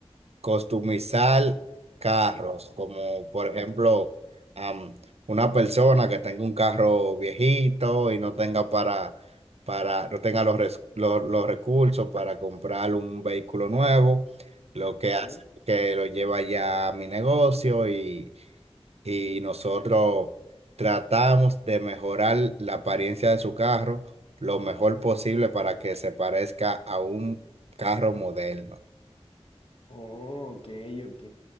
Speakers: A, on the right; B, on the left.
A: customizar carros, como por ejemplo, am, una persona que tenga un carro viejito y no tenga para, para, no tenga los, res- los, los recursos para comprar un vehículo nuevo, lo que
B: Ujú.
A: hace es que lo lleva ya a mi negocio y y nosotros tratamos de mejorar la apariencia de su carro lo mejor posible para que se parezca a un carro moderno.
B: Oh, ok, ok.